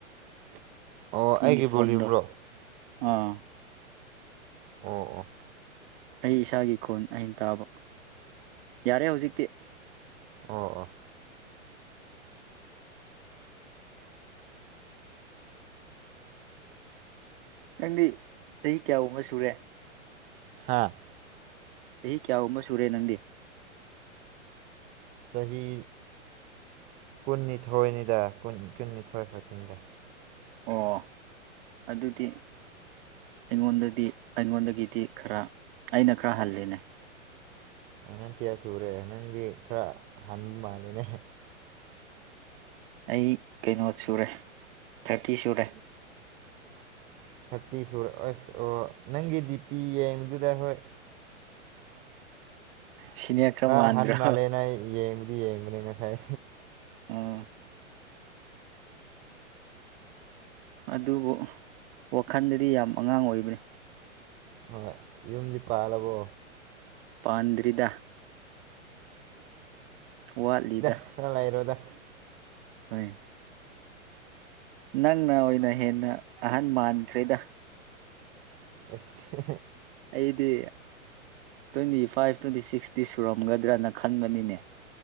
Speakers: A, on the right; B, on the right.
A: ꯑꯣ ꯑꯩꯒꯤ
B: ꯅꯪꯒꯤ ꯐꯣꯟꯗꯣ
A: ꯕꯣꯂ꯭ꯌꯨꯝꯔꯣ
B: ꯑꯥ
A: ꯑꯣ ꯑꯣ
B: ꯑꯩ ꯏꯁꯥꯒꯤ ꯈꯣꯟ ꯑꯩꯅ ꯇꯥꯕ ꯌꯥꯔꯦ ꯍꯧꯖꯤꯛꯇꯤ꯫
A: ꯑꯣ ꯑꯣ
B: ꯅꯪꯗꯤ ꯆꯍꯤ ꯀꯌꯥꯒꯨꯝꯕ ꯁꯨꯔꯦ?
A: ꯍꯥꯥ
B: ꯆꯍꯤ ꯀꯌꯥꯒꯨꯝꯕ ꯁꯨꯔꯦ ꯅꯪꯗꯤ?
A: ꯆꯍꯤ ꯀꯨꯟꯅꯤꯊꯣꯏꯅꯤꯗ ꯀꯨꯟꯅꯤꯊꯣꯏ ꯈꯛꯇꯅꯤꯗ꯫
B: ꯑꯣ ꯑꯗꯨꯗꯤ ꯑꯩꯉꯣꯟꯗꯗꯤ ꯑꯩꯉꯣꯟꯗꯒꯤꯗꯤ ꯈꯔ ꯑꯩꯅ ꯈꯔ ꯍꯜꯂꯦꯅꯦ꯫
A: ꯅꯪ ꯀꯌꯥ ꯁꯨꯔꯦ ꯅꯪꯗꯤ ꯈꯔ ꯍꯥꯟꯕ ꯃꯥꯂꯦꯅꯦ꯫
B: ꯑꯩ ꯀꯩꯅꯣ ꯁꯨꯔꯦ ꯊꯥꯔꯇꯤ ꯁꯨꯔꯦ꯫
A: ꯊꯥꯔꯇꯤ ꯁꯣꯔ ꯑꯁ ꯑꯣ ꯅꯪꯒꯤ ꯗꯤ ꯄꯤ ꯌꯦꯡꯕꯗꯨꯗ ꯍꯣꯏ꯫
B: ꯁꯤꯅꯦꯌꯔ ꯈꯔ ꯃꯥꯟꯗ꯭ꯔꯣ
A: ꯑꯍꯟ ꯃꯥꯜꯂꯦꯅ ꯌꯦꯡꯕꯨꯗꯤ ꯌꯦꯡꯕꯅꯦ ꯉꯁꯥꯏ
B: ꯑꯣ ꯑꯗꯨꯕꯨ ꯋꯥꯈꯜꯗꯗꯤ ꯌꯥꯝ ꯑꯉꯥꯡ ꯑꯣꯏꯕꯅꯤ꯫
A: ꯍꯣꯏ ꯌꯨꯝꯗꯤ ꯄꯥꯜꯂꯕꯣ?
B: ꯄꯥꯟꯗ꯭ꯔꯤꯗ ꯋꯥꯠꯂꯤꯗ
A: ꯈꯔ ꯂꯩꯔꯣꯗ
B: ꯍꯣꯏ ꯅꯪꯅ ꯑꯣꯏꯅ ꯍꯦꯟꯅ ꯑꯍꯟ ꯃꯥꯟꯈ꯭ꯔꯦꯗ꯫
A: ꯑꯁ
B: ꯑꯩꯗꯤ ꯇ꯭ꯋꯦꯟꯇꯤ ꯐꯥꯏꯚ ꯇ꯭ꯋꯦꯟꯇꯤ ꯁꯤꯛꯁꯇꯤ ꯁꯨꯔꯝꯒꯗ꯭ꯔꯥꯅ ꯈꯟꯕꯅꯤꯅꯦ꯫